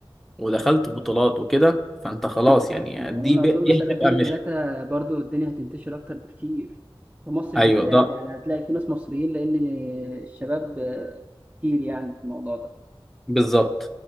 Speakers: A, in the centre; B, on the right.
A: ودخلت بطولات وكده فانت خلاص يعني
B: يعني
A: دي
B: أنا
A: ب...
B: أظن
A: دي
B: سنتين
A: هتبقى مش
B: ثلاثة برضو الدنيا هتنتشر أكتر بكتير في مصر
A: ايوه
B: بالذات
A: ده
B: يعني هتلاقي في ناس مصريين لأن الشباب كتير يعني في الموضوع ده
A: بالظبط